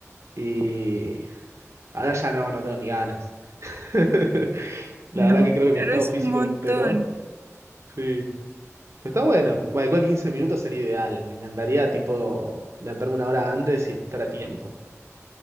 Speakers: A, on the right; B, on the right.
A: Y ahora ya no, no tengo ni ganas. <laughs> La
B: No,
A: verdad que
B: <laughs>
A: creo que mi
B: pero
A: estado
B: es
A: físico
B: un montón.
A: empeoró. Sí. Pero está bueno. Bueno, igual 15 minutos sería ideal. Me encantaría, tipo, levantarme una hora antes y estar a tiempo.